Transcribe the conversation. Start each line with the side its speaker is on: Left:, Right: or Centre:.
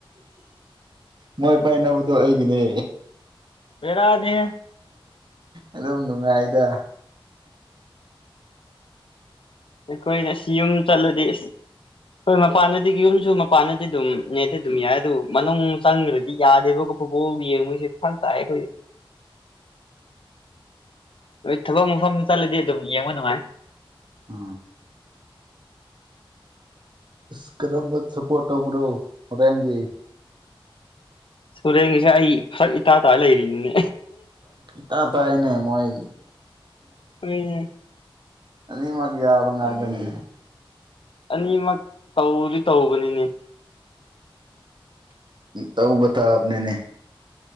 Right: ꯃꯣꯏ ꯄꯥꯏꯅꯕꯗꯣ ꯑꯩꯒꯤꯅꯦ
Left: ꯄꯔꯅꯤ
Right: ꯑꯗꯨꯝ ꯅꯨꯡꯉꯥꯏꯗ
Left: ꯑꯩꯈꯣꯏꯅ ꯑꯁꯤ ꯌꯨꯝ ꯆꯠꯂꯗꯤ ꯍꯣꯏ ꯃꯄꯥꯟꯗꯗꯤ ꯌꯨꯝꯁꯨ ꯃꯄꯥꯟꯗꯗꯤ ꯑꯗꯨꯝ ꯅꯦꯠꯇ ꯑꯗꯨꯝ ꯌꯥꯏ ꯑꯗꯨ ꯃꯅꯨꯡ ꯆꯪꯈ꯭ꯔꯗꯤ ꯌꯥꯗꯦꯕ ꯌꯦ ꯃꯣꯏꯁꯦ ꯐꯥꯟꯇꯈꯣꯏ ꯍꯣꯏ ꯊꯕꯛ ꯃꯐꯝꯗ ꯆꯠꯂꯗꯤ ꯑꯗꯨꯝ ꯌꯦꯡꯕ ꯅꯨꯡꯉꯥꯏ
Right: ꯑ ꯏꯁ ꯀꯔꯝ ꯁꯄꯣ ꯇꯕ꯭ꯔꯣꯔꯦꯡꯒꯦ
Left: ꯁꯨꯔꯦꯟꯒꯤꯁꯦ ꯑꯩ ꯐꯔꯛ ꯏꯇꯥꯇꯥ ꯂꯩꯔꯤꯅꯤꯅꯦ
Right: ꯏ ꯇꯥ ꯇꯥꯏꯅꯦ ꯃꯣꯏ
Left: ꯍꯣꯏꯅꯦ
Right: ꯀ ꯅꯤ ꯃꯥꯒ ꯌꯥꯕꯪꯕꯅꯤꯅꯦ
Left: ꯑꯅꯤꯃꯛ ꯇꯧꯔꯤ ꯇꯧꯕꯅꯤꯅꯦ
Right: ꯇꯧꯕꯊ ꯑꯅꯦꯅꯦ